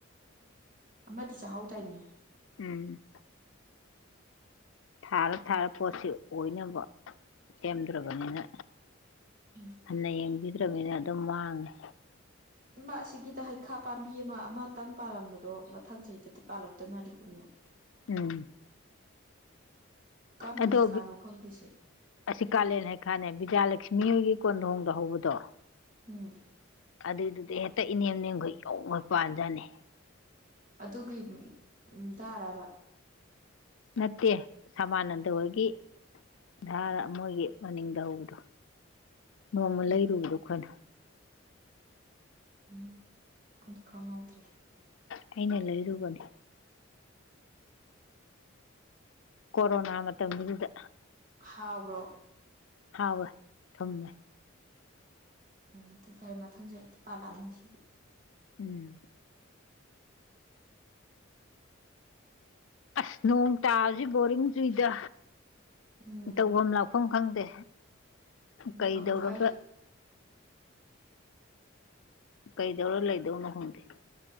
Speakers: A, on the right; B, on the left.
A: ꯑꯃꯗꯤ ꯆꯥꯍꯧꯗꯥꯏꯅꯦ
B: ꯎꯝ ꯊꯥꯔꫭ ꯊꯥꯔꫭ ꯄꯣꯠꯁꯤ ꯑꯣꯏꯅꯕ ꯁꯦꯝꯗ꯭ꯔꯕꯅꯤꯅ
A: ꯎꯝ꯫
B: ꯍꯟꯅ ꯌꯦꯡꯕꯤꯗ꯭ꯔꯕꯅꯤꯅ ꯑꯗꯨꯝ ꯃꯥꯡꯉꯦ꯫
A: ꯏꯃꯥ ꯑꯁꯤꯒꯤꯗ ꯍꯩꯈꯥ ꯄꯥꯝꯕꯤ ꯑꯃ ꯑꯃꯇꯪ ꯄꯥꯜꯂꯝꯕꯗꯣ ꯃꯊꯪ ꯆꯍꯤꯗꯗꯤ ꯄꯥꯜꯂꯛꯇꯣꯏ ꯃꯥꯂꯀꯣ ꯃꯌꯥꯝ꯫
B: ꯎꯝ꯫
A: ꯀꯔꯝꯕ
B: ꯑꯗꯣ
A: ꯍꯩꯈꯥꯅꯣ ꯈꯪꯗꯦꯁꯦ꯫
B: ꯑꯁꯤ ꯀꯥꯂꯦꯟ ꯍꯩꯈꯥꯅꯦ ꯕꯤꯗ꯭ꯌꯥꯂꯛꯁꯃꯤꯍꯣꯏꯒꯤ ꯀꯣꯟꯗꯣꯡꯗ ꯍꯧꯕꯗꯣ
A: ꯎꯝ꯫
B: ꯑꯗꯨꯏꯗꯨꯗꯤ ꯍꯦꯛꯇ ꯏꯅꯦꯝ ꯅꯦꯝꯈ ꯌꯣꯝꯒꯩ ꯄꯥꯟ ꯖꯥꯅꯤ꯫
A: ꯑꯗꯨꯒꯤ ꯗꯥꯔꯔꯕ꯫
B: ꯅꯠꯇꯦ ꯁꯃꯥꯅꯟꯗ ꯍꯣꯏꯒꯤ ꯙꯥꯔ ꯃꯣꯏꯒꯤ ꯃꯅꯤꯡꯗ ꯍꯧꯕꯗꯣ ꯅꯣꯡꯃ
A: ꯎꯝ
B: ꯂꯩꯔꯨꯕꯗꯣ ꯑꯩꯈꯣꯏꯅ꯫
A: ꯎꯝ ꯑꯗꯨ ꯈꯪꯍꯧꯗ꯭ꯔꯦ꯫
B: ꯑꯩꯅ ꯂꯩꯔꯨꯕꯅꯦ꯫ ꯀꯣꯔꯔꯣꯅꯥ ꯃꯇꯝꯗꯨꯗꯨꯗ꯫
A: ꯍꯥꯎꯕ꯭ꯔꯣ꯫
B: ꯍꯥꯎꯋꯦ ꯊꯝꯃꯦ꯫
A: ꯑꯣ ꯑꯗꯨ ꯈꯔ ꯃꯊꯪ ꯆꯍꯤꯗꯗꯤ ꯄꯥꯜꯂꯛꯑꯅꯤ ꯁꯤꯗꯤ꯫
B: ꯎꯝ꯫ ꯑꯁ ꯅꯣꯡ ꯇꯥꯕꯁꯤ ꯕꯣꯔꯤꯡ ꯆꯨꯏꯗ꯫
A: ꯎꯝ꯫
B: ꯇꯧꯕꯝ ꯂꯥꯛꯐꯝ ꯈꯪꯗꯦ ꯀꯩꯗꯧꯔꯒ
A: ꯎꯝ ꯑꯩꯁꯨ
B: ꯀꯩꯗꯧꯔ ꯂꯩꯗꯣꯏꯅꯣ ꯈꯪꯗꯦ꯫